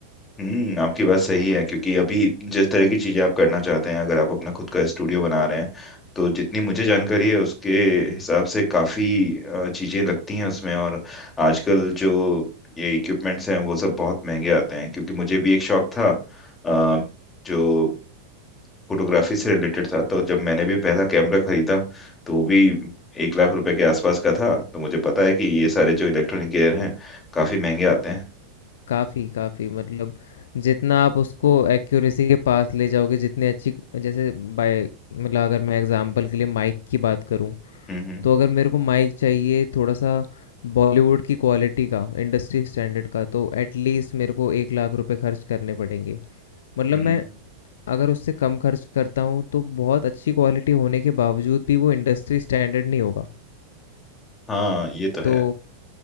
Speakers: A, on the left (about 20°); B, on the left (about 60°).
A: हम्म आपकी बात सही है क्योंकि अभी जिस तरह की चीजें आप करना चाहते हैं अगर आप अपना खुद का स्टूडियो बना रहे हैं तो जितनी मुझे जानकारी है उसके हिसाब से काफी अ, चीजें लगती हैं उसमें और आजकल जो ये इक्विपमेंट्स हैं वो सब बहुत महंगे आते हैं क्योंकि मुझे भी एक शौक था अ, जो फोटोग्राफी से रिलेटेड था तो जब मैंने भी पहला कैमरा खरीदा तो वो भी एक लाख रुपए के आसपास का था तो मुझे पता है कि ये सारे जो इलेक्ट्रॉनिक गियर हैं काफी महंगे आते हैं
B: काफ़ी काफ़ी मतलब जितना आप उसको एक्यूरेसी के पास ले जाओगे जितने अच्छी जैसे बाय मतलब अगर मैं एग्जांपल के लिए माइक की बात करूं
A: हम्म हम्म
B: तो अगर मेरे को माइक चाहिए थोड़ा सा बॉलीवुड की क्वालिटी का इंडस्ट्री स्टैंडर्ड का तो एटलीस्ट मेरे को एक लाख रुपए खर्च करने पड़ेंगे मतलब
A: हम्म।
B: मैं अगर उससे कम खर्च करता हूँ तो बहुत अच्छी क्वालिटी होने के बावजूद भी वो इंडस्ट्री स्टैंडर्ड नहीं होगा
A: हाँ ये तो है
B: तो